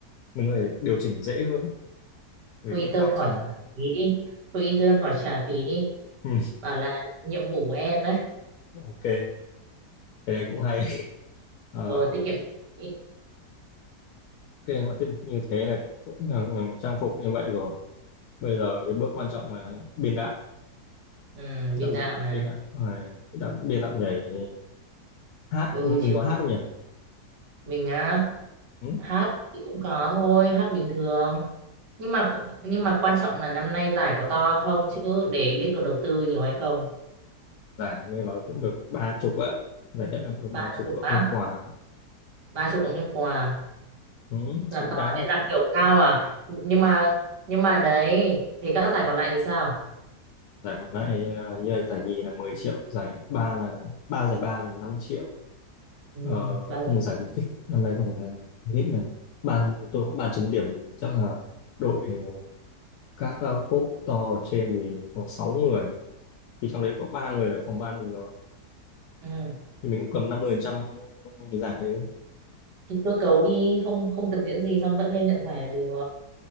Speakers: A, on the left (about 75°); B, on the right (about 85°).
A: mình có thể điều chỉnh dễ hơn ấy, về
B: thôi intern
A: in-house
B: khỏi
A: mà
B: trả phí đi thôi intern khỏi trả phí đi
A: ừ.
B: bảo là nhiệm vụ của em đấy
A: ok cái này cũng hay Ờ,
B: rồi tiết kiệm phí
A: ok mà tiết mục như thế này cũng là trang phục như vậy rồi bây giờ cái bước quan trọng là biên đạo
B: ừ, biên
A: đạo diễn
B: đạo này
A: biên đạo, à, đạo biên đạo nhảy hát
B: ừ
A: Ừ, mình
B: chứ
A: có hát không nhỉ
B: mình á
A: ừ.
B: hát thì cũng có thôi hát bình thường nhưng mà nhưng mà quan trọng là năm nay giải có to không chứ để biết còn đầu tư nhiều hay không
A: giải nghe nói cũng được ba chục á giải nhất là cũng được
B: ba
A: ba chục
B: chục
A: cộng
B: bát
A: thêm quà
B: ba chục cộng thêm quà
A: ừ.
B: làm
A: cũng
B: to
A: đáng
B: ấy,
A: mà
B: làm kiểu cao à nhưng mà nhưng mà đấy thì các giải còn lại thì sao
A: giải còn lại à, như là giải nhì là mười triệu giải ba là ba giải ba là năm triệu
B: ừ,
A: ờ,
B: ba
A: không
B: giải.
A: có giải khuyến khích năm nay không có giải khuyến khích này ban tôi ban chấm điểm thì chắc là đội ờ, các uh, cốp to ở trên thì có sáu người thì trong đấy có ba người ở phòng ban mình rồi
B: ừ.
A: thì mình cũng cầm 50% cái giải như thế
B: thì cơ cấu đi không không cần diễn gì xong vẫn lên nhận giải là được